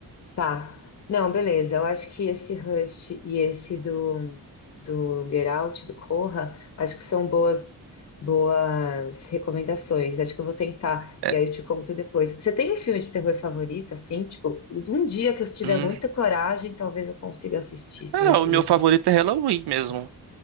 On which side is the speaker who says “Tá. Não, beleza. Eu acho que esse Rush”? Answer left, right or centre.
Left